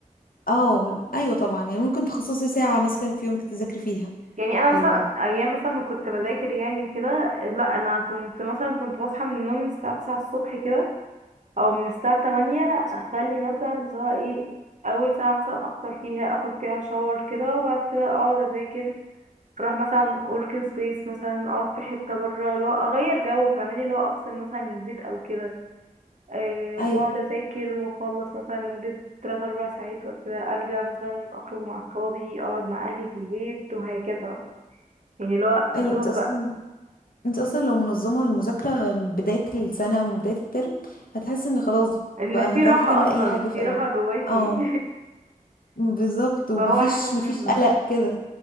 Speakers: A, on the left (about 85°); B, on the right (about 55°).
A: اه ايوه طبعا يعني ممكن تخصصي ساعه مثلا في يومك تذاكري فيها
B: يعني انا مثلا
A: او
B: ايام مثلا ما كنت بذاكر يعني وكده لا انا كنت مثلا كنت بصحى من النوم من الساعه 9 الصبح كده او من الساعه 8 اخلي مثلا اللي هو ايه اول ساعه مثلا افطر فيها اخد فيها شاور كده وبعد كده اقعد اذاكر اروح مثلا اورك سبيس مثلا اقعد في حته بره اللي هو اغير جو فاهماني اللي هو افصل مثلا من البيت او كده أه
A: ايوه
B: بقعد أذاكر وأخلص مثلا لمدة تلات أربع ساعات وكده أرجع مثلا أخرج مع أصحابي أقعد مع أهلي في البيت وهكذا بقى يعني لو
A: ايوه
B: أشوف
A: انت اصلا
B: بقى
A: انت اصلا لو منظمه المذاكره من بدايه السنه او من بدايه الترم هتحس ان خلاص
B: إن
A: بقى
B: في
A: هتعرفي
B: راحة
A: تعملي
B: أصلا
A: اي حاجه في
B: في
A: اي
B: راحة
A: وقت
B: جواكي
A: اه بالظبط
B: <laughs>
A: ومفيش
B: فهو حاجة مهمة
A: مفيش قلق كده